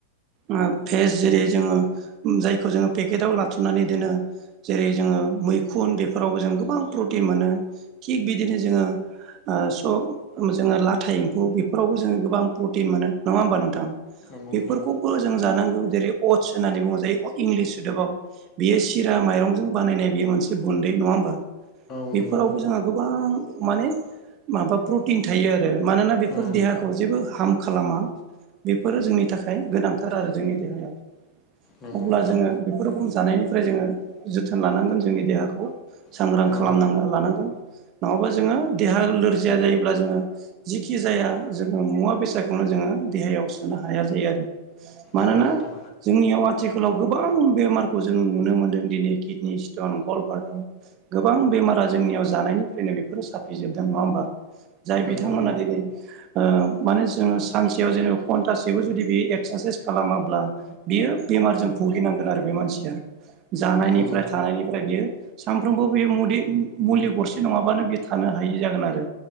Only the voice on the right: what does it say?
ओ भेेज जेरै जोङो जायखौ जोङो पेकेटआव लाथुमनानै दोनो जेरै जोङो मैखुन उन बेफोरावबो जों गोबां प्रटिन मोनो थिग बिदिनो जोङो ओ सब जोङो लाथाइ एम्फौ बेफोरावबो जोङो गोबां प्रटिन मोनो नङा होमबा नोंथां बेफोरखौबो
जों जानांगौ जेरै अथ्स होननानै बुङो जायो इंलिस सोदोबाव बेयो सि रा माइरंजों बानायनाय बेयो मोनसे गुन्दै नङा होमबा
बेफोरावबो जोंहा गोबां माने माबा प्रटिन थायो आरो मानोना बेफोर
देहाखौ जेबो हाम खालामा बेफोरो जोंनि थाखाय गोनांथार आरो जोंनि देहाया
अब्ला
जोङो बेफोर रोखोम जानायनिफ्राय जोङो जोथोन लानांगोन जोंनि देहाखौ सांग्रां
खालामना लानांगोन नङाबा जोङो देहा लोरजिया जायोब्ला जोङो जिखि जाया या जोङो मुवा बेसाद देहायाव सोनो हाया जायो आरो मानोना
जोंनियाव आथिखालाव गोबां बेमारखौ जों नुनो मोनदों दिनै किडनि स्टन गल्द बारदार गोबां बेमारा जोंनियाव जानायनिफ्रायनो बेफोरो साफिजोबदों नङा होमबा जाय
बिथांमोना दिनै ओ ओ माने जोङो सानसेयाव जेनेबा घन्टासेबो जुदि बे एक्सारसाइस खालामाब्ला बियो मारजों भुगिनांगोन आरो बे मानसिया जानायनिफ्राय
थानायनिफ्राय बियो सानफ्रोमबो बे मुदि-मुलि गरसे नङाबानो बे थानो हायि जागोन आरो